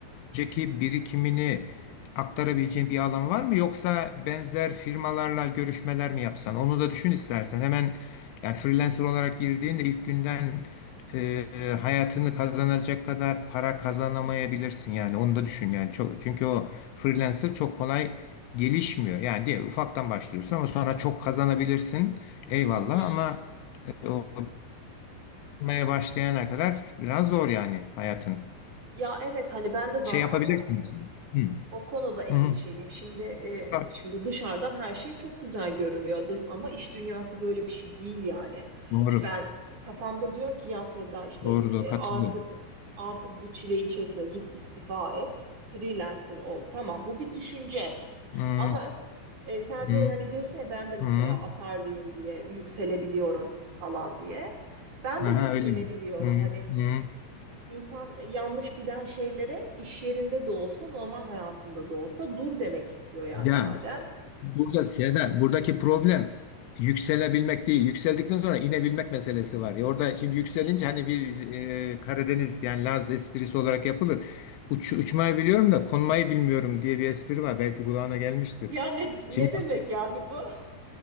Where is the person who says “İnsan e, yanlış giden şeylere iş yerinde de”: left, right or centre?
Right